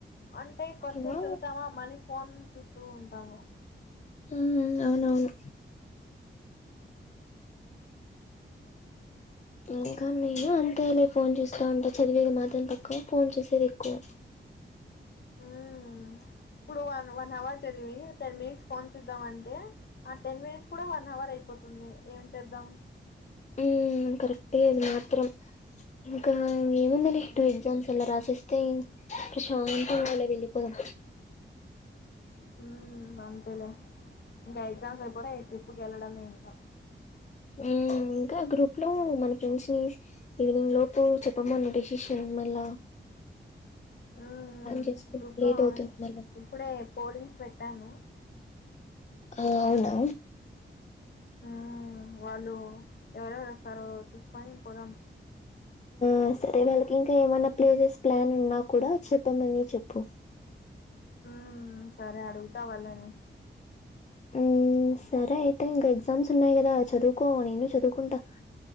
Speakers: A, on the left; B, on the left.
A: అంటే కొద్సేప్
B: ఆ
A: చదుతామా మళ్ళీ ఫోన్ చూస్తూ ఉంటాము
B: హ్మ్ అవునవును ఇంకా నేను అంతేలే ఫోన్ చూస్తా ఉంటా. చదివేది మాత్రం తక్కువ ఫోన్ చూసేది ఎక్కువ.
A: మ్మ్ ఇప్పుడు వన్ వన్ హవర్ చదివి టెన్ మినిట్స్ ఫోన్ చూద్దాం అంటే ఆ టెన్ మినెట్స్ కూడా వన్ హవర్ అయి పోతుంది ఏం చేద్దాం?
B: ఉమ్ కరెక్టే అది మాత్రం ఇంకా ఏమెగుందిలే
A: మ్మ్.
B: టూ ఎక్జామ్స్ అలా రాసేస్తే ప్రశాన్ తంగాలే వెళ్ళిపోదాం
A: ఉమ్ అంతేలే ఇగ ఎగ్జామ్స్ అయిపోనయి ట్రిప్ పుకు ఎల్లడమే ఇంకా
B: ఉమ్ ఇంకా గ్రూప్ లో మన ఫ్రెండ్స్ ని ఈవినింగ్ లోపు చెప్పమను డిషిషన్ మళ్ళ
A: ఉమ్
B: చేసుకుంటే
A: గ్రూప్
B: లేట్
A: లో
B: అవుతుంది మళ్ళీ
A: ఇప్పుడే పోలింగ్స్ పెట్టాను
B: ఆ అవునా
A: ఉమ్ వాళ్ళూ ఎవరెవరు అస్తారో చూసుకొని పోదాం
B: ఆ సరే వాళ్ళకి ఇంకా ఏమన్నా ప్లేసెస్ ప్లాన్ ఉన్నా కూడా చెప్పమని చెప్పు
A: ఉమ్ సరే అడుగుతా వాళ్ళని
B: ఉమ్ సరే అయితే ఇంకా ఎగ్జామ్స్ ఉన్నాయి కదా చదువుకో నేను చదువుకుంటా